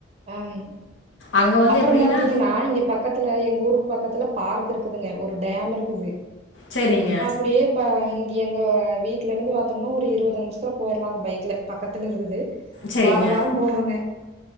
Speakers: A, on the right; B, on the left.
A: ம்
B: அங்க வந்து
A: அப்றோ
B: எப்டின்னா
A: பாத்தீங்கன்னா இங்க பக் பக்கத்துல எங்க ஊருக்கு பக்கத்துல பார்க் இருக்குதுங்க ஒரு டேம் இருக்குது
B: செரிங்க
A: அப்டியே இப்ப இங்க எங்க வீட்ல இருந்து பாத்தோம்னா ஒரு இருபது நிமிஷத்துல போயிற்லாங்க பைக்ல பக்கத்துல இருக்குது
B: செரிங்க
A: வாரோ வாரோ போவங்க